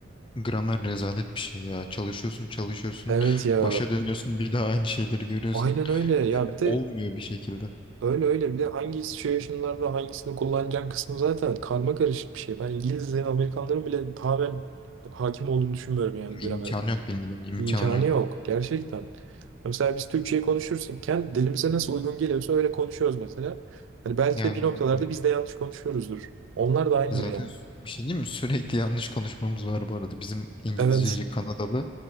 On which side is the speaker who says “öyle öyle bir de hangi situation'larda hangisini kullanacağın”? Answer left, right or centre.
Right